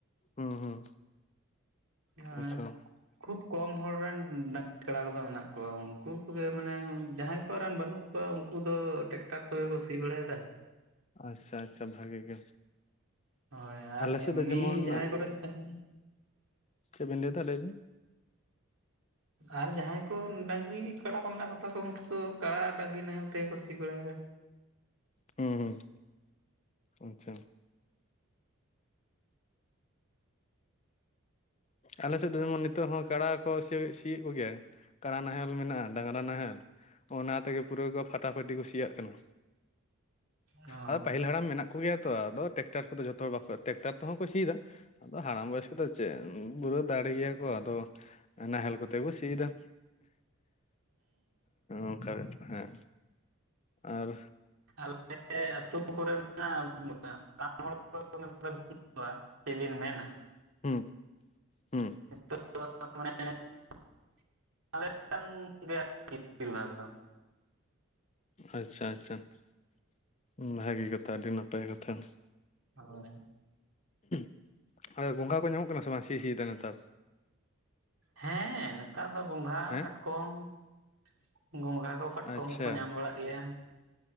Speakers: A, on the left; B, on the right.
A: ᱦᱩᱸ ᱦᱩᱸ᱾
B: ᱦᱟᱱ
A: ᱟᱪᱪᱷᱟ
B: <inaudible> ᱠᱷᱩᱵᱽ ᱠᱚᱢ ᱦᱚᱲ ᱨᱮᱱ ᱰᱟᱹᱝᱨᱤ ᱠᱟᱲᱟ ᱠᱚᱫᱚ ᱢᱮᱱᱟᱜ ᱠᱚᱣᱟ ᱩᱝᱠᱩ ᱠᱚᱜᱮ ᱢᱟᱱᱮ ᱡᱟᱦᱟᱸᱭ ᱠᱚᱨᱮᱱ ᱵᱟᱹᱱᱩᱜ? ᱠᱚᱣᱟ ᱩᱝᱠᱩ ᱫᱚ ᱴᱮᱠᱴᱟᱨ ᱠᱚᱜᱮ ᱠᱚ ᱥᱤ ᱵᱟᱲᱟᱭᱮᱫᱟ᱾
A: ᱟᱪᱷᱟ ᱟᱪᱷᱟ ᱵᱷᱟᱜᱮ ᱜᱮ᱾
B: ᱦᱳᱭ ᱟᱨ
A: ᱟᱞᱮ
B: ᱮᱢᱱᱤ
A: ᱥᱮᱫ ᱫᱚ ᱡᱮᱢᱚᱱ
B: ᱡᱟᱦᱟᱸᱭ ᱠᱚᱨᱮᱱ ᱛᱟᱦᱮᱱ᱾
A: ᱪᱮᱜᱵᱤᱱ ᱞᱟᱹᱭᱫᱟ ᱞᱟᱹᱭᱵᱤᱱ?
B: ᱟᱨ ᱡᱟᱦᱟᱸᱭ ᱠᱚ ᱰᱟᱹᱝᱨᱤ ᱠᱟᱲᱟ ᱠᱚ ᱢᱮᱱᱟᱜ ᱠᱚᱛᱟ ᱠᱚᱣᱟ ᱩᱱᱠᱩ ᱫᱚ ᱠᱟᱲᱟ ᱰᱟᱹᱝᱨᱤ ᱱᱟᱦᱮᱞ ᱛᱮᱠᱚ ᱥᱤ ᱵᱟᱲᱟᱭᱫᱟ᱾
A: ᱦᱩᱸ ᱦᱩᱸ ᱟᱪᱷᱟ᱾ ᱟᱞᱮ ᱥᱮᱫ ᱫᱚ ᱡᱮᱢᱚᱱ ᱱᱤᱛᱚᱜ ᱦᱚᱸ᱾ ᱠᱟᱲᱟ ᱠᱚ ᱥᱤᱣᱮᱜ ᱥᱤᱭᱮᱜ ᱠᱚᱜᱮᱭᱟ ᱠᱟᱲᱟ ᱱᱟᱦᱮᱞ ᱢᱮᱱᱟᱜᱼᱟ ᱰᱟᱝᱨᱟ ᱱᱟᱦᱮᱞ᱾ ᱚᱱᱟ ᱛᱮᱜᱮ ᱯᱩᱨᱟᱹ ᱠᱚ ᱯᱷᱟᱴᱟᱯᱷᱟᱴᱤ ᱠᱚ ᱥᱤᱭᱟᱜ ᱠᱟᱱᱟ᱾
B: ᱚ
A: ᱟᱫᱚ ᱯᱟᱹᱦᱤᱞ ᱦᱟᱲᱟᱢ ᱢᱮᱱᱟᱜ ᱠᱚᱜᱮᱭᱟ ᱛᱚ ᱟᱫᱚ᱾ ᱴᱮᱠᱴᱟᱨ ᱠᱚᱫᱚ ᱡᱷᱚᱛᱚ ᱦᱚᱲ ᱵᱟᱠᱚ ᱴᱮᱠᱴᱟᱨ ᱛᱮᱦᱚᱸ ᱠᱚ ᱥᱤᱭᱮᱫᱟ ᱟᱫᱚ ᱦᱟᱲᱟᱢ ᱵᱚᱭᱚᱥ ᱠᱚᱫᱚ᱾ ᱪᱮᱜ ᱯᱩᱨᱟᱹ ᱫᱟᱲᱮ ᱜᱮᱭᱟ ᱠᱚ ᱟᱫᱚ ᱱᱟᱦᱮᱞ ᱠᱚᱛᱮ ᱠᱚ ᱥᱤᱭᱫᱟ᱾ ᱚᱝᱠᱟ ᱵᱮᱯᱟᱨ <inaudible> ᱦᱮᱸ ᱟᱨ᱾
B: ᱟᱞᱮ ᱟᱹᱛᱩ ᱠᱚᱨᱮ ᱢᱮᱱᱟᱜᱼᱟ ᱵᱚᱸᱜᱟ <inaudible> ᱠᱟᱹᱢᱤᱦᱚᱲ <inaudible> ᱠᱚᱫᱚ <inaudible> ᱵᱟᱹᱱᱩᱜ <inaudible> ᱠᱚᱣᱟ <inaudible> ᱪᱮᱜ ᱵᱤᱱ ᱢᱮᱱᱟ᱾
A: ᱦᱩᱸ ᱦᱩᱸ ᱾
B: <unintelligible> ᱟᱞᱮᱨᱮᱱ ᱜᱮ ᱟᱨᱠᱤ ᱵᱤᱥᱤᱨ ᱵᱷᱟᱜᱽ ᱫᱚ ᱾
A: ᱟᱪᱪᱷᱟ ᱟᱪᱪᱷᱟ ᱾ <inaudible> ᱵᱷᱟᱜᱮ ᱠᱟᱛᱷᱟ ᱟᱹᱰᱤ ᱱᱟᱯᱟᱭ ᱠᱟᱛᱷᱟ ᱾
B: ᱟᱹᱣᱨᱤ
A: <inaudible> ᱦᱚᱭ ᱜᱚᱸᱜᱷᱟ ᱠᱚ ᱧᱟᱢᱚᱜ ᱠᱟᱱᱟ ᱥᱮ ᱵᱟᱝ ᱥᱤ ᱥᱤ ᱛᱮ ᱱᱮᱛᱟᱨ?
B: ᱦᱮᱸ ᱱᱮᱛᱟᱨ ᱫᱚ ᱜᱚᱸᱜᱷᱟ
A: ᱦᱮᱸ
B: ᱠᱟᱴᱠᱚᱢ <inaudible> ᱜᱚᱸᱜᱷᱟ ᱠᱚ ᱠᱟᱴᱠᱚᱢ
A: ᱟᱪᱪᱷᱟ
B: ᱠᱚᱠᱚ ᱧᱟᱢ ᱵᱟᱲᱟᱜ ᱜᱮᱭᱟ ᱾